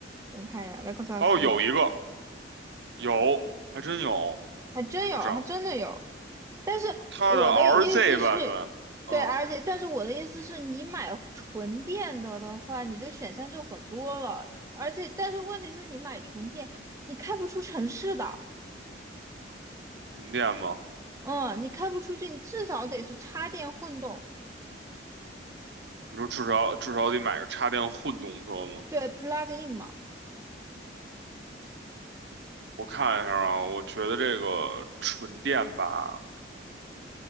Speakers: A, on the right; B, on the right.
A: 你看一下雷克萨斯的，
B: 哦，有一个，有，还真有，
A: 还真有，
B: 我知道
A: 还真的有。但是我的意思是，
B: 它的 RZ 版本，嗯，
A: 对，而且但是我的意思是你买纯电的的话，你的选项就很多了，而且但是问题是你买纯电，你开不出城市的。
B: 混电吗？
A: 嗯，你开不出去，你至少得是插电混动，
B: 你说至少至少得买个插电混动车吗？
A: 对，plug in 嘛，
B: 我看一下啊，我觉得这个纯电吧，